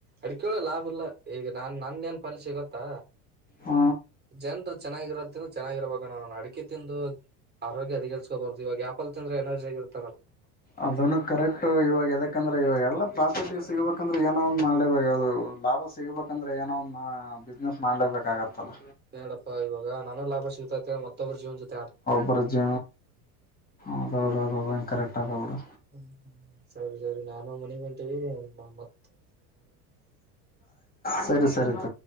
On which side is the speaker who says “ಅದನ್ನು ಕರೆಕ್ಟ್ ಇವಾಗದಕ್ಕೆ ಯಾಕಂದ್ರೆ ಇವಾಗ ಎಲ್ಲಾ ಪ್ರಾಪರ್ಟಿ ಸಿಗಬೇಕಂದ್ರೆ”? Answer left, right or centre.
Left